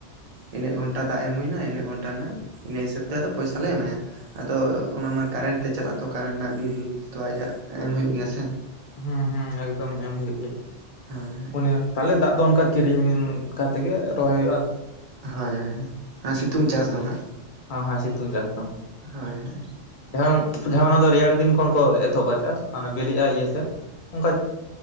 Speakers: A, on the right; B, on the left.
A: ᱤᱱᱟᱹᱜ ᱜᱷᱚᱱᱴᱟ ᱫᱟᱜ ᱮᱢ ᱦᱩᱭᱮᱱᱟ ᱤᱱᱟᱹᱜ ᱜᱷᱚᱱᱴᱟ ᱨᱮᱱᱟᱜ ᱤᱱᱟᱹ ᱦᱤᱥᱟᱹᱵᱽ ᱛᱮ ᱟᱫᱚ ᱯᱚᱭᱥᱟ ᱞᱮ ᱮᱢᱟᱭᱟ᱾ ᱟᱫᱚ ᱚᱱᱟᱢᱟ ᱠᱟᱨᱮᱱᱴ ᱛᱮ ᱪᱟᱞᱟᱜᱼᱟ, ᱛᱚ ᱠᱟᱨᱮᱱᱴ ᱨᱮᱱᱟᱜ ᱵᱤᱞ ᱛᱚ ᱟᱡᱟᱜ ᱮᱢ ᱦᱩᱭᱩᱜ ᱜᱮᱭᱟ ᱥᱮ᱾
B: ᱦᱩᱸ ᱦᱩᱸ ᱮᱠᱫᱚᱢ ᱮᱢ ᱦᱩᱭᱩᱜ ᱜᱮᱭᱟ
A: ᱦᱳᱭ
B: ᱩ <unintelligible> ᱛᱟᱦᱚᱞᱮ ᱫᱟᱜ ᱫᱚ ᱚᱱᱠᱟ ᱠᱤᱨᱤᱧ ᱠᱟᱛᱮᱜ ᱜᱮ ᱨᱚᱦᱚᱭ ᱦᱩᱭᱩᱜᱼᱟ᱾
A: ᱦᱳᱭ ᱦᱳᱭ ᱟᱨ
B: ᱦᱩᱸ
A: ᱥᱤᱛᱩᱝ ᱪᱟᱥ ᱫᱚ ᱦᱟᱸᱜ
B: ᱦᱮᱸ ᱦᱮᱸ ᱥᱤᱛᱩᱝ ᱪᱟᱥ ᱫᱚ
A: ᱦᱳᱭ ᱦᱳᱭ
B: ᱡᱟᱦᱟᱸ ᱡᱟᱦᱟᱸ ᱚᱱᱟ ᱫᱚ ᱨᱮᱭᱟᱲ ᱫᱤᱱ ᱠᱷᱚᱱ ᱠᱚ ᱮᱛᱚᱦᱚᱵᱟᱼᱟ, ᱪᱟᱥ <inaudible> ᱚᱱᱟ ᱵᱤᱞᱤᱜᱼᱟ ᱤᱭᱟᱹ ᱥᱮᱫ᱾ ᱚᱱᱠᱟ